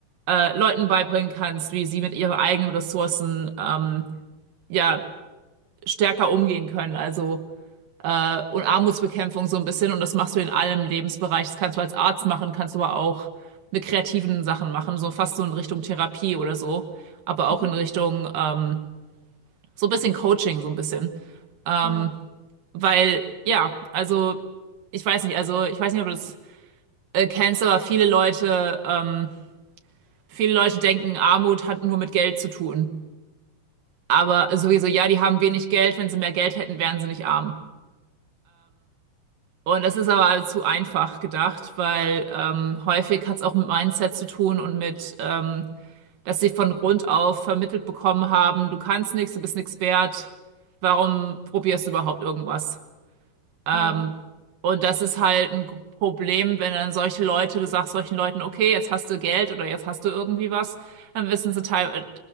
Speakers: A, on the right (about 75°); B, on the left (about 45°).
A: äh, Leuten beibringen kannst, wie sie mit ihren eigenen Ressourcen ähm, ja stärker umgehen können. Also äh, und Armutsbekämpfung so ein bisschen und das machst du in allem Lebensbereich. Das kannst du als Arzt machen, kannst du aber auch mit kreativen Sachen machen, so fast so in Richtung Therapie oder so, aber auch
B: Mhm.
A: in Richtung ähm, so ein bisschen Coaching, so ein bisschen. Ähm,
B: Ja.
A: weil, ja, also ich weiß nicht, also ich weiß nicht, ob du das äh, kennst, aber viele Leute, ähm, viele Leute denken, Armut hat nur mit Geld zu tun. Aber sowieso, ja, die haben wenig Geld. Wenn sie mehr Geld hätten, wären sie nicht arm. Und das ist aber zu einfach gedacht, weil ähm, häufig hat es auch mit Mindset zu tun und mit, ähm, dass sie von Grund auf vermittelt bekommen haben, du kannst nichts, du bist nichts wert, warum probierst du überhaupt irgendwas? Ähm,
B: Ja.
A: und das ist halt ein Problem, wenn dann solche Leute, du sagst solchen Leuten, okay, jetzt hast du Geld oder jetzt hast du irgendwie was, dann wissen sie teil